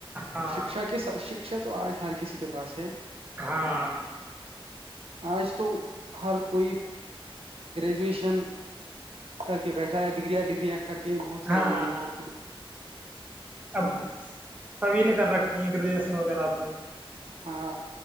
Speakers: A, on the right (about 15°); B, on the right (about 85°).
A: ہاں
B: شکشا کے ساتھ شکشا تو آج ہر کسی کے پاس ہے
A: ہاں
B: آج تو ہر کوئی گریجویشن کر کے بیٹھا ہے ڈگریاں ڈگریاں کر کے بہت ساری
A: ہاں
B: ڈگرییاں کر کے
A: اب
B: ہاں
A: سبھی نے کر رکھتی ہیں گریجویشن وغیرہ تو
B: ہاں